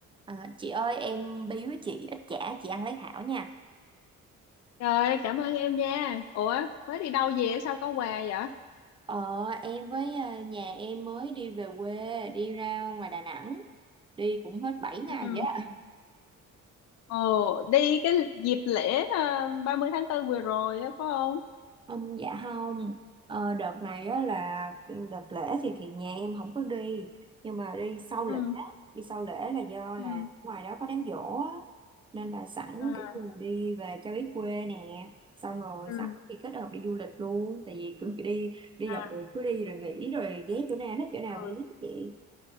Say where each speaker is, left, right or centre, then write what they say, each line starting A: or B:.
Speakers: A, on the right; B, on the left.
A: À, chị ơi em biếu chị ít chả chị ăn lấy thảo nha
B: Rồi, cảm ơn em nha. Ủa, mới đi đâu về sao có quà vậy?
A: ờ em với ờ, nhà em mới đi về quê đi ra ngoài Đà Nẵng đi cũng hết 7 ngày
B: Ừ.
A: vậy á.
B: Ồ, đi cái dịp lễ ờ, 30 tháng 4 vừa rồi á, phải không?
A: Không, dạ không. Ờ, đợt này á là ừ, đợt lễ thì thì nhà em không có đi nhưng mà đi sau
B: Ừ.
A: lễ đi sau lễ là do
B: Ừ.
A: là ngoài đó có đám giỗ á nên là sẵn
B: À,
A: kiểu như là đi về cho biết quê nè xong rồi
B: Ừ.
A: sẵn thì kết hợp đi du lịch luôn tại vì cứ đi đi
B: à,
A: dọc đường cứ đi rồi nghỉ rồi ghé chỗ nào thích chỗ nào
B: ừ,
A: nghỉ vậy